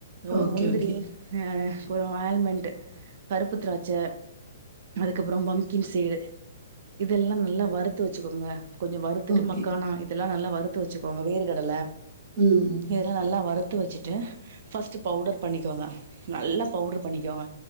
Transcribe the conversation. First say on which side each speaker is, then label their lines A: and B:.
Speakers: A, on the right (about 55°); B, on the right (about 30°).
A: ஒரு
B: ஓகே,
A: முந்திரி
B: ஓகே,
A: அ கொஞ்சோ ஆயில்மண்ட் கருப்பு திராட்ச அதுக்கப்புறோ பம்கின் சீடு இதெல்லா நல்லா வறுத்து வச்சுக்கோங்க கொஞ்சோ வறுத்துட்டு
B: ஓகே.
A: மக்கானம் இதெல்லா நல்லா வறுத்து வச்சுக்கோங்க வேறு கடல
B: ம் ம்
A: இதெல்லா நல்லா வறுத்து வச்சுட்டு ஃபர்ஸ்ட் பவுடர் பண்ணிக்கோங்க நல்லா பவுடர் பண்ணிக்கோங்க